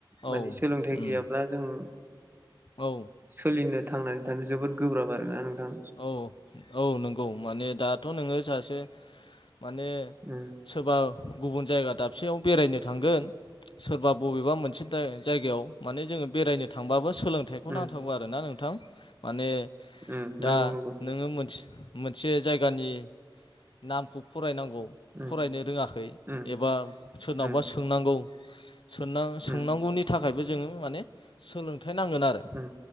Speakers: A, on the right; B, on the left.
A: माने
B: औ
A: सोलोंथाइ
B: उम
A: गैयाब्ला जों
B: औ
A: सोलिनो थांनानै थानो जोबोद गोब्राब आरोना। नोंथां
B: औ औ नंगौ माने दाथ' नोङो सासे माने
A: उम
B: सोरबा गुबुन जायगा दाबसेयाव बेरायनो थांगोन सोर- बा बबेबा मोनसे जायगायाव माने जोङो बेरायनो थांबाबो सोलोंथाइखौ
A: उम
B: नांथारगौ आरो ना नों- थां माने
A: उम
B: दा
A: नंगौ नंगौ
B: नोङो मोनसे मोनसे जायगानि नामखौ फरायनां गौ
A: उम
B: फरायनो रोङाखै
A: उम
B: एबा सोरनावबा
A: उम
B: सोंनांगौ सोंनां सोंनांगौनि
A: उम
B: थाखायबो जोङो माने सोलों- थाय नांगोन आरो
A: उम